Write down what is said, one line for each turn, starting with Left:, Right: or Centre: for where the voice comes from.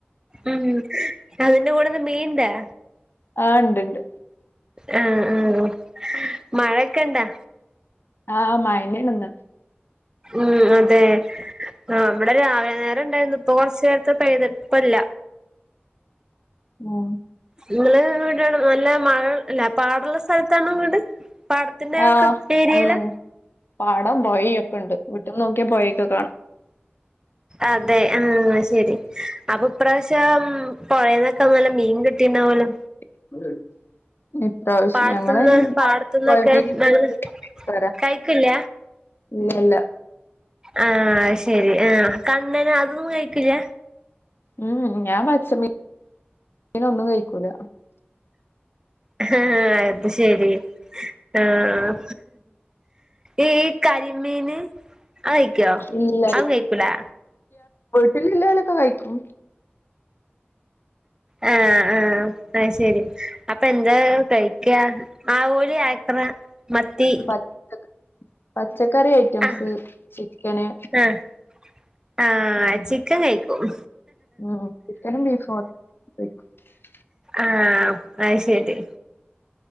Right: ഉം അതിന്റെ കൂടെന്ന് മീന്താ
Left: ആഹ ഉണ്ട്ണ്ട്
Right: ആ ഉം മഴൊക്കെ എന്താ
Left: ആഹ മഴണന്ന
Right: ഉം അ തെ ആ നമ്മടെ രാവിലെ നേരം ഉണ്ടായിരുന്നു ഇപ്പൊ കൊറച്ചു നേരത്തെ പഴ്തടുപ്പല്ല.
Left: ഉം
Right: നിങ്ങള് വീടെ നല്ല മഴ ഇല്ല പാടുള്ള സ്ഥലത്താണോ വീട് പാടത്തിന്റെ
Left: ആഹ്
Right: കൃത് രിയയില്
Left: ഉം പാടം പോയി ഒക്കെ ഉണ്ട് വീട്ടന്ന് നോക്കിയ പോയക്കെ കാണാം.
Right: അതെ ആ ശരി അഭപ്രാവ <unintelligible> പുഴേന്നൊക്കെ നല്ല മീൻ കിട്ടിണ്ടാവല്ലോ
Left: <inaudible> ഇപ്രാവശ്യം
Right: പാടത്തുന്ന്
Left: ഞങ്ങളയിന്
Right: പാടത്തുന്നൊക്കെ
Left: പൊഴമീൻ
Right: നല്ല കഴിക്കില്ല
Left: ഇല്ലല്ല
Right: ആഹ ശെരി ആഹ കണ്ണന അതൊന്നും കഴിക്കില്ല
Left: ഉം ഞാൻ പച്ചമീന ഒന്നും കഴിക്കൂല
Right: ആഹ ആ അത് ശരി ആഹ ഈ കരിമീന് ആ കഴിക്കോ
Left: ഇല്ല
Right: അതും കഴിക്കൂലാ
Left: <unintelligible> ല്ലോലക്കെ കഴിക്കും
Right: ആഹ ആഹ അ ശരി അപ്പൊ എന്താ കഴിക്ക ആവോ <unintelligible> ത്ര മത്തി
Left: പച്ച പച്ചക്കറി ഐറ്റംസ്,
Right: ആഹ്
Left: ചിക്കന്
Right: ആഹ് ആഹ്
Left: അ
Right: ചിക്കൻ കഴിക്കും
Left: ഓ ചിക്കനും, ബീഫും കഴിക്കും <unintelligible>
Right: ആഹ അയ് ശരി